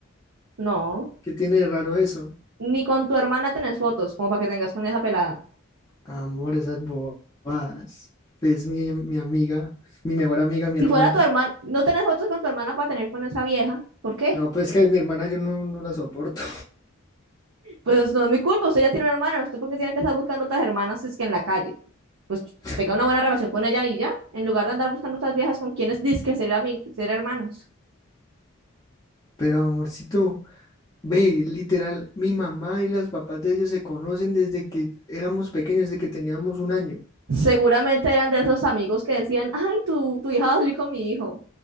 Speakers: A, on the right (about 80°); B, on the left (about 20°).
A: No,
B: ¿Qué tiene de raro eso?
A: ni con tu hermana tenés fotos, como para que tengas con esa pelada.
B: Amor, esas bobadas. Pues mi, mi amiga, mi mejor amiga, mi
A: Si
B: hermana.
A: fuera tu hermana, no tenés fotos con tu hermana para tener con esa vieja, ¿por qué?
B: No, pues que mi hermana yo no, no la soporto.
A: pues no es mi culpa, usted ya tiene una hermana, usted porque tiene que estar buscando otras hermanas si es que en la calle. Pues
B: <laughs>
A: tenga una buena relación con ella y ya, en lugar de andar buscando otras viejas con quienes dizque ser, ami- ser hermanos.
B: Pero amorcito, ve, literal, mi mamá y los papás de ellos se conocen desde que éramos pequeños, desde que teníamos un año.
A: Seguramente eran de esos amigos que decían, ay, tu, tu hija va a salir con mi hijo.